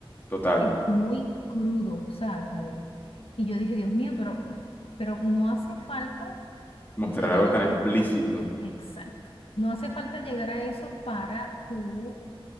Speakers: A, on the left; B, on the left.
A: total,
B: es muy crudo, ¿sabes, David? Y yo dije, Dios mío, pero, pero no hace falta
A: mostrar
B: llegar
A: algo tan
B: a
A: explícito.
B: eso. Exacto. No hace falta llegar a eso para tú